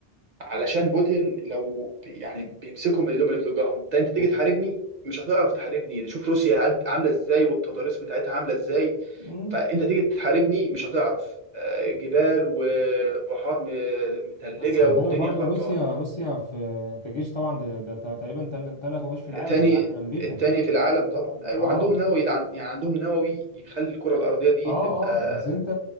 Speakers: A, on the right; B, on the left.
A: علشان بوتين لو بي- يعني بيمسكهم اللي هم اللي بتوجعهم انت انت تيجي
B: و-
A: تحاربني مش هتعرف تحاربني شوف روسيا عد- عامله ازاي والتضاريس بتاعتها عامله ازاي
B: مم.
A: فانت تيجي تحاربني مش هتعرف آه، جبال وبحار م- متلجه
B: بس خد
A: ودنيا
B: بالك برضو
A: خربانه
B: روسيا روسيا في كجيش طبعا ده, ده ده تقريبا تن- تاني اقوى جيش في العالم
A: تاني
B: بعد امريكا
A: التاني في العالم طبعا ايوه
B: اه
A: عندهم نووي يدعم يعني عندهم نووي يخلي الكره الارضيه دي
B: اه
A: تبقى
B: اه بس انت